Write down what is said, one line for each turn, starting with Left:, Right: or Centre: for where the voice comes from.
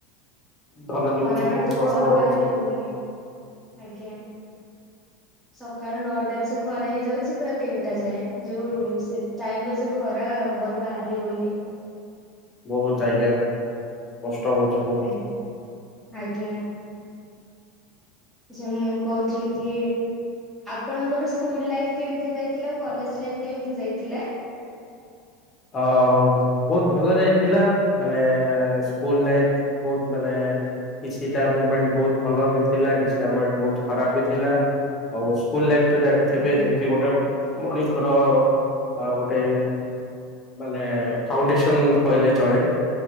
Left: ଧନ ଜୀବନ
Centre: ଖରା
Left: ସବୁ
Centre: ବେଳେ
Left: ବହୁତ
Centre: ତ ଘରୁ
Left: ନଷ୍ଟ ହଉଛି
Centre: ବାହାରି ହଉନି ଆଜ୍ଞା ସକାଳ ନଅଟ ସେ ଖରା ହେଇଛି ଯାଉଛି ପୁରା ତିନିଟା ଯାଏ ଯୋଉ ସେ ଟାଇମରେ ଯୋଉ ଖରା ଘରୁ ବାହାରି ହଉନି
Left: ବହୁତ ଆଜ୍ଞା କଷ୍ଟ ଷ୍ଟ ହଉଛି ବହୁତ
Centre: ଆଜ୍ଞା ଆଜ୍ଞା ଆ୍ଛା ମୁଁ କହୁଥିଲି କି ଆପଣଙ୍କର ସ୍କୁଲ ଲାଇଫ କେମତି ଯାଇଥିଲା ଆଉ କଲେଜ ଲାଇଫ କେମିତି ଯାଇଥିଲା
Left: ଆଉ ବହୁତ ଭଲ ଯାଇଥିଲା ମାନେ ସ୍କୁଲ ଲାଇଫ୍ ବହୁତ ମାନେ କିଛିଟା ମୁମେଣ୍ଟ ବହୁତ ଭଲ ବି ଥିଲା କିଛିଟା ମୁମେଣ୍ଟ ବହୁତ ଖରାପ ବି ଥିଲା ଆଉ ସ୍କୁଲ ଲାଇଫ୍ ଯାଇକି ଥିବେ
Centre: ଆଜ୍ଞା
Left: ଯେମିତି ଗୋଟେ ମଣିଷର ଆଉ ଗୋଟେ ମାନେ ଫାଉଣ୍ଡେସନ କହିଲେ ଚଳେ